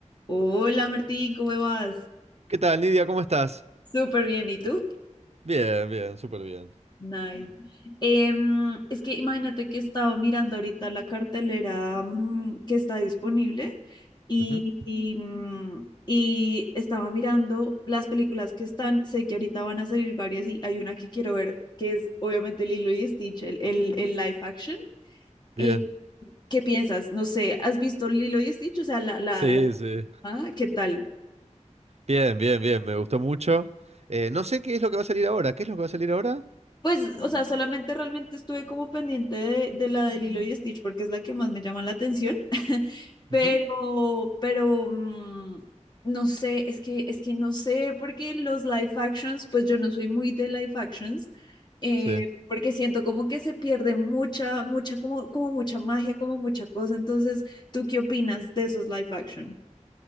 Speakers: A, on the left (about 35°); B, on the right (about 60°).
A: Hola Martín, ¿cómo vas?
B: ¿Qué tal, Nidia? ¿Cómo estás?
A: Súper bien, ¿y tú?
B: Bien, bien, súper bien.
A: Nice. Em, es que imagínate que estaba mirando ahorita la cartelera mm, que está disponible y,
B: Ujú.
A: y, mm, y estaba mirando las películas que están. Sé que ahorita van a salir varias y hay una que quiero ver que es obviamente Lilo y Stitch, el, el, el live action.
B: Bien,
A: Eh, ¿qué piensas? No sé, ¿has visto Lilo y Stitch? O sea, la, la,
B: sí,
A: la,
B: sí.
A: ah, ¿qué tal?
B: Bien, bien, bien, me gustó mucho. Eh, no sé qué es lo que va a salir ahora. ¿Qué es lo que va a salir ahora?
A: Pues, o sea, solamente realmente estuve como pendiente de, de la de Lilo y Stitch porque es la que más me llama la atención, pero,
B: Ujú,
A: pero, mm, no sé, es que, es que no sé, porque los live actions, pues yo no soy muy de live actions, eh,
B: Sí.
A: porque siento como que se pierde mucha, mucha, como, como mucha magia, como mucha cosa. Entonces, ¿tú qué opinas de esos live action?